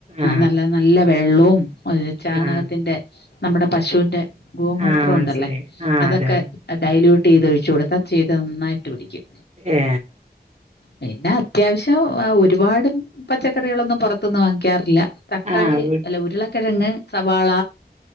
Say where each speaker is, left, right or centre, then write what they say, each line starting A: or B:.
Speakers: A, on the right; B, on the left.
A: ആഹ്
B: നല്ല നല്ല വെള്ളവും ഒരു ചാണകത്തിന്റെ
A: ആഹ്
B: നമ്മുടെ പശുവിന്റെ ഗോമൂത്രം
A: ആഹ് മനസ്സിലായി
B: ഉണ്ടല്ലേ
A: ആഹ്
B: അതൊക്കെ
A: അതെ അതെ
B: ഡയലയൂട്ട് ചെയ്ത് ഒഴിച്ചു കൊടുത്താൽ ചീര നന്നായിട്ട് പിടിക്കും
A: ഏ
B: പിന്നെ അത്യാവശ്യം ഒരുപാട് പച്ചക്കറികളൊന്നും പുറത്ത്ന്നും വാങ്ങിക്കാറില്ല തക്കാളി
A: ആഹ് വീ
B: അല്ല ഉരുളക്കിഴങ്ങ്, സവാള,